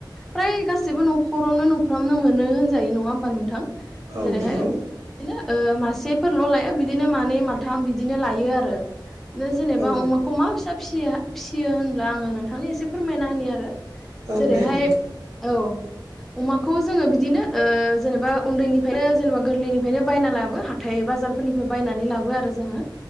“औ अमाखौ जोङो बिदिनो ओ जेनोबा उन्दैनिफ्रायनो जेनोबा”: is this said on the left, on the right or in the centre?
Centre